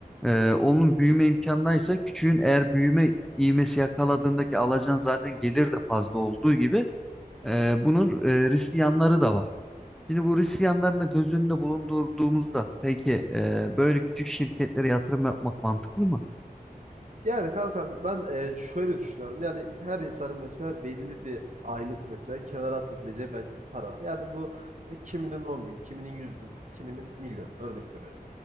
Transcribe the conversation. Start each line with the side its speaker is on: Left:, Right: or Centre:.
Centre: E, onun büyüme imkanındaysa küçüğün eğer büyüme ivmesi yakaladığındaki alacağın zaten gelir de fazla olduğu gibi e, bunun e, riskli yanları da var. Şimdi bu risk yanlarını da göz önünde bulundurduğumuzda peki e, böyle küçük şirketlere yatırım yapmak mantıklı mı?
Right: Yani kankam ben e, şöyle düşünüyorum. Yani her insanın mesela belli bir aylık mesela kenara atabileceği belki para var. Yani bu e, kiminin 10 bin, kiminin 100 bin, kiminin milyon örnek veriyorum.